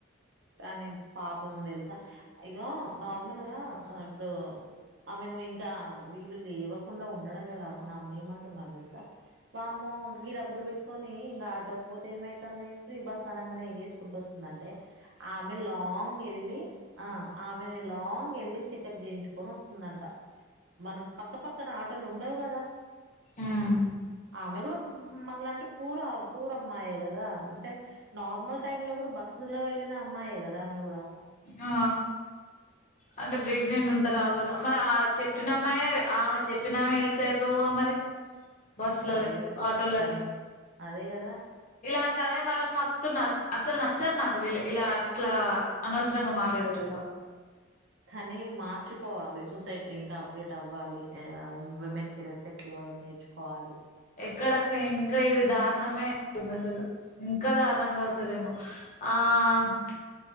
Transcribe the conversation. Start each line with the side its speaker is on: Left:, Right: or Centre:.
Right: కాని పాపం తెలుసా. ఇగో నార్మల్గా ఆ ఇప్పుడూ, ఆమెను ఇంకా వీళ్ళు లేవకుండ ఉండడమే కాకుండా ఆమెను ఏమంటున్నారు తెలుసా, వామ్మో గీ డబ్బులు పెట్టుకొనీ ఇగా ఆటోక్ పోతే ఏమైతాంది, ఫ్రీ బస్ అనంగనే ఏగేసుకుంటూ వస్తుందంటే. ఆమె లాంగ్ ఎల్లీ ఆ ఆమెనే లాంగ్ ఎళ్ళి చెకప్ చేయించుకొని వస్తుందంట. మనకు పక్క పక్కన ఆటోలు ఉండ్ డవు కదా.
Left: ఉమ్
Right: ఆమె గూడ మనలాంటి పూరా పూర అమ్మాయే గదా, అంటే నార్మల్ టైమ్ లో గూడ బస్సు లో ఎల్లి నా అమ్మాయే గదా ఆమె గూడా.
Left: ఆ అంటె ప్రెగ్నెంట్ ఉంట రాకూడదు. మరి ఆ చెప్పినమ్మాయే ఆమె చెప్పినామె ఎళ్తే అయిపోవుగా మరి. బస్లల్లకి,
Right: అదే కదా
Left: ఆటోలకి.
Right: కానీ అదే గదా.
Left: ఇలాంటనే వాళ్ళని మస్తున్నస్ అస్సల్ నచ్చర్ నాకు వీళ్ళే ఇలా అట్లా అనవసరంగ మాట్లాడేటోళ్ళు.
Right: కానీ మార్చుకోవాలి సొసైటీ ఇంకా అప్డేట్ అవ్వాలి. ఏ ఉమెన్కి రెస్పెక్ట్ ఇవ్వడం నేర్చుకోవాలి.
Left: ఎక్కడక్క ఇంకా ఇది దారుణమే అ <inaudible> తుంది అసలు. ఇంకా దారుణంగా అవుతదేమో. ఆ ప్చ్